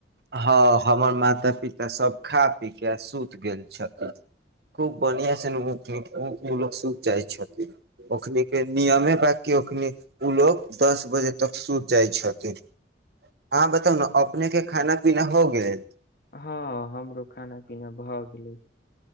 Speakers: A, on the right; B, on the left.
A: हँ हमर माता पिता सब खा पी क सुति गेल छथिन। खूब बढ़ियाआँ ने ब, ओ ओ लोग सूत जाइ छथिन ओखने नियमे बि ओखनी ओ लोग दस बजे तक सूत जाइ छथिन। हँ बताउ ने अपने के खाना, ना हो गेल
B: हँ हमरो खाना पीना भऽ गेलै।